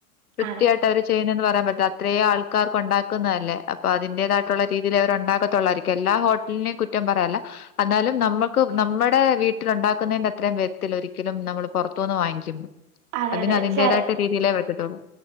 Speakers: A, on the left; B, on the right.
A: കൃത്യായിട്ടവര്.
B: അതെ
A: ചെയ്യ്ണന്ന് പറയാൻ പറ്റോ. അത്രേ ആൾക്കാർക്കൊണ്ടാക്കുന്നല്ലേ. അപ്പൊ അതിന്റെതായിട്ടുള്ള രീതിയിലെ അവരൊണ്ടാക്കത്തൊള്ളായിരിക്കും. ക്ക് എല്ലാ ഹോട്ടലിനേം കുറ്റം പറയാല്ല. എന്നാലും നമ്മക്ക് നമ്മടെ വീട്ടിലൊണ്ടാക്ക്ന്നേന്റെ അത്രയും വെരത്തില്ല ഒരിക്കലും നമ്മള് പൊറത്തൂന്ന് വാങ്ങിക്കു
B: അതെ
A: അതിന്
B: അതെ
A: അതിന്റെതായിട്ടുള്ള
B: ചെ
A: രീതിയിലെ വെട്ടത്തൊള്ളൂ